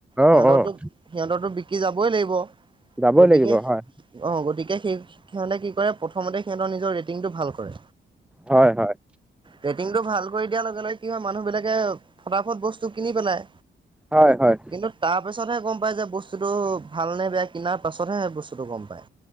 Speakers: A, in the centre; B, on the right (about 25°).
A: অ',
B: সিহঁতৰতো
A: অ'।
B: সিহঁতৰতো বিকি যাবই লাগিব
A: যাবই
B: গতিকে
A: লাগিব হয়,
B: অ', গতিকে সেই সিহঁতে কি কৰে প্ৰথম সিহঁতৰ নিজৰ ৰেটিংটো ভাল কৰে,
A: হয় হয়,
B: ৰেটিংটো ভাল <unintelligible> লগে লগে কি হয় মানুহ বিলাকে ফটাফট বস্তু কিনি পেলাই।
A: হয় হয়,
B: কিন্তু তাৰ পিছতহে গম পাই যে বস্তু বস্তুটো ভাল নে বেয়া কিনাৰ পাছতহে বস্তুটো গম পায়।